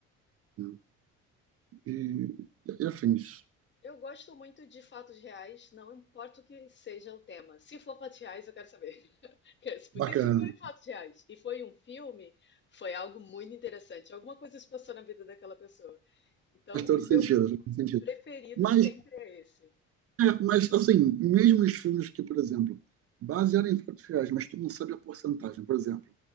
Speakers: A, on the right; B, on the left.
A: né? E, e afins.
B: Eu gosto muito de fatos reais, não importa o que seja o tema. Se for fatos reais, eu quero saber. <laughs> Porque
A: Bacana.
B: se foi fatos reais e foi um filme, foi algo muito interessante. Alguma coisa se passou na vida daquela pessoa. Então,
A: Faz todo
B: o
A: sentido,
B: meu
A: faz todo sentido.
B: preferido
A: Mas
B: sempre é esse.
A: É, mas assim, mesmo os filmes que, por exemplo, basearam em fatos reais, mas tu não sabe a porcentagem, por exemplo,